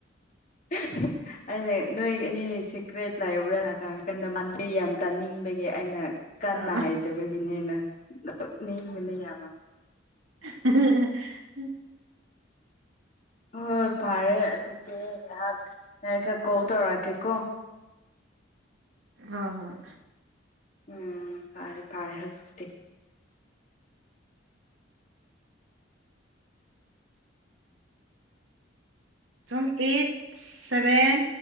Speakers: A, on the left; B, on the right.
A: <unintelligible> ꯑꯩꯅ ꯅꯣꯏ ꯑꯅꯤ ꯁꯤꯀ꯭ꯔꯦꯠ ꯂꯩꯕ꯭ꯔꯥ ꯍꯪꯀꯥꯟꯗ ꯃꯥ ꯌꯥꯝ ꯇꯥꯅꯤꯡꯕꯒꯤ ꯑꯩꯅ ꯀꯟꯅ
B: ꯑꯣ
A: ꯍꯥꯏꯗꯕꯒꯤꯅꯦꯅ ꯅꯣꯛꯅꯤꯡꯕꯅꯦ ꯌꯥꯝꯃ
B: <unintelligible>
A: ꯍꯣꯏ ꯐꯔꯦ ꯑꯗꯨꯗꯤ ꯉꯥꯍꯥꯛ ꯂꯩꯔꯒ ꯀꯣꯜ ꯇꯧꯔꯛꯀꯦꯀꯣ
B: ꯍꯣ ꯍꯣꯏ
A: ꯎꯝ ꯐꯔꯦ ꯐꯔꯦ ꯍꯧꯆꯤꯛꯇꯤ
B: ꯁꯣꯝ ꯑꯩꯠ ꯁꯚꯦꯟ